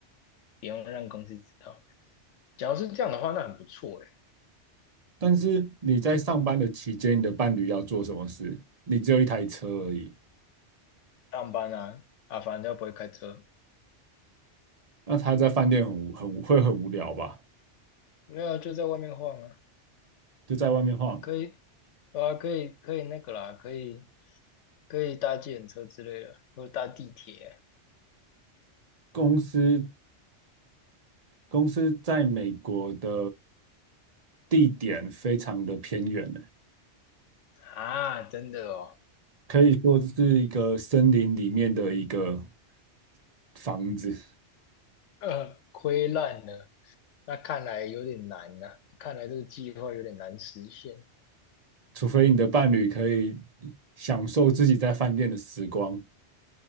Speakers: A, on the left; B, on the right.
A: 不用让公司知道。假如是这样的话，那很不错诶。
B: 但是你在上班的期间，你的伴侣要做什么事？你只有一台车而已，
A: 上班啊，啊，反正他不会开车，
B: 那他在饭店很无很无会很无聊吧？
A: 没有就在外面晃啊，
B: 就在外面晃。
A: 可以对啊，可以可以那个啦，可以可以搭计程车之类的，或者搭地铁
B: 公司公司在美国的地点非常的偏远呢。
A: 啊，真的哦，
B: 可以说这是一个森林里面的一个房子，
A: 呃，亏烂了，那看来有点难呐、看来这个计划有点难实现。
B: 除非你的伴侣可以享受自己在饭店的时光。